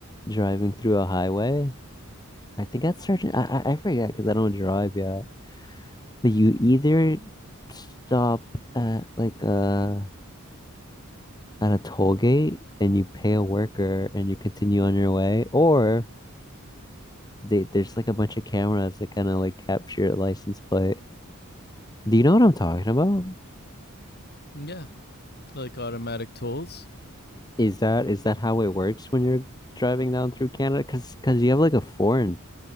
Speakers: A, on the left; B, on the left.
A: driving through a highway. I think that's certain. I, I I forget because I don't drive yet. But you either stop at like uh at a toll gate and you pay a worker and you continue on your way, or they, there's like a bunch of cameras that kind of like capture your license plate. Do you know what I'm talking about?
B: Yeah, like automatic tolls.
A: Is that is that how it works when you're driving down through Canada? Because because you have like a foreign.